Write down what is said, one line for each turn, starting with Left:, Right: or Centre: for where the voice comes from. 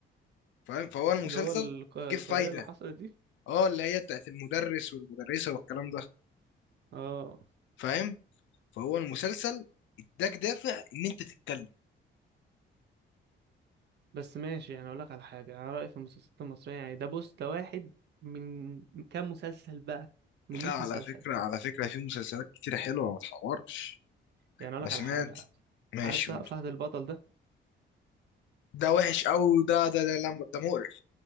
Left: فاهم فهو المسلسل
Right: اللي هو الق- القضيه
Left: جه في فايده
Right: اللي حصلت دي
Left: اه اللي هي بتاعت المدرس والمدرسة والكلام ده
Right: اه
Left: فاهم فهو المسلسل اداك دافع ان انت تتكلم
Right: بس ماشي يعني اقول لك على حاجه انا رايي في المسلسلات المصريه يعني ده بوست واحد من كام مسلسل بقى من
Left: لا
Right: 100
Left: على
Right: مسلسل
Left: فكرة على فكرة في مسلسلات كتير حلوة ما تحورش
Right: يعني اقول
Left: ما
Right: لك
Left: سمعت
Right: على حاجه
Left: ماشي
Right: عارف سه-
Left: قول
Right: فهد البطل ده
Left: ده وحش قوي ده ده ده لا، ده مقرف